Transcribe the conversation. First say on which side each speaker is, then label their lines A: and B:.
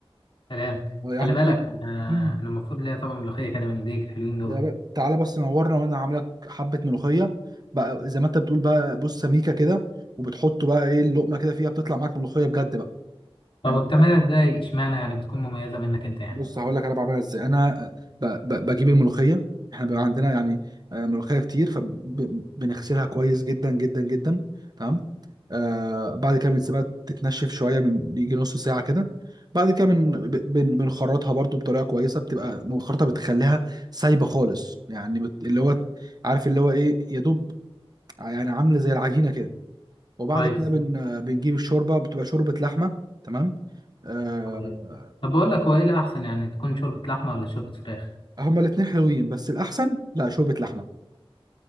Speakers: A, on the left (about 60°); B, on the right (about 45°).
A: سلام
B: يعني
A: خلي بالك
B: ايه
A: انا
B: مم.
A: انا المفروض ليا طبق ملوخيه كده من ايديك الحلوين دول
B: ده- تعالى بس نورنا وانا عامل لك حبه ملوخيه بقى زي ما انت بتقول بقى بص سميكه كده وبتحط بقى ايه اللقمه كده فيها بتطلع معاك ملوخيه بجد بقى
A: طب
B: فاهم
A: وبتعملها ازاي اشمعنى يعني بتكون مميزه منك انت يعني
B: بص هقول لك انا بعملها ازاي انا ب- ب- بجيب الملوخيه احنا بيبقى عندنا يعني آه، ملوخيه كتير فبنغسلها كويس جدا جدا جدا تمام آه بعد كده بنسيبها تتنشف شويه من يجي نص ساعه كده بعد كده بن بن- بنخرطها برضو بطريقه كويسه بتبقى مخرطه بتخليها سايبه خالص يعني بت- اللي هو عارف اللي هو ايه يا دوب يعني عامله زي العجينه كده وبعد
A: كويس
B: كده بن بنجيب الشوربه بتبقى شوربه لحمه تمام آه
A: كويس طب بقول لك هو ايه الاحسن يعني تكون شوربه لحمه ولا شوربه فراخ
B: هما الاتنين حلوين بس الأحسن لا شوربة لحمة